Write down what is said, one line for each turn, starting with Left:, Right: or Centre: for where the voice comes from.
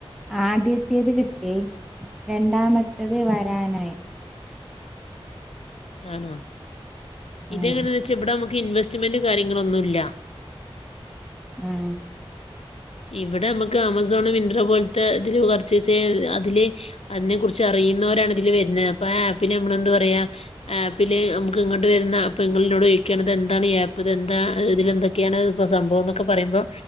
Centre: ആദ്യത്തേത് കിട്ടി രണ്ടാമത്തത് വരാനായി
Left: ആണോ ഇതെങ്ങനവെച്ചാ
Centre: ഉം
Left: ഇവിട നമക്ക് ഇൻവെസ്റ്റ്മെന്റ് കാര്യങ്ങളൊന്നുല്ല
Centre: ഉം
Left: ഇവിടെ നമക്ക് ആമസോൺ മിൻഡ്ര പോലത്തെ ഇതില് പർച്ചേസ് അതില് അതിനെ കുറിച്ച് അറിയുന്നവരാണ് ഇതില് വരുന്നേ അപ്പൊ ആ ആപ്പില് നമ്മള് എന്താ പറയാ ആപ്പില് നമുക്ക് ഇങ്ങോട്ട് വരുന്ന അപ്പ് നിങ്ങളെന്നോട് ചോയിക്കേണ് ഇതെന്താണ് ഈ ആപ്പ് ഇത് എന്താ ഇതില് എന്തൊക്കെയാണ് പ്പ സംഭവോന്നൊക്ക പറയുമ്പോ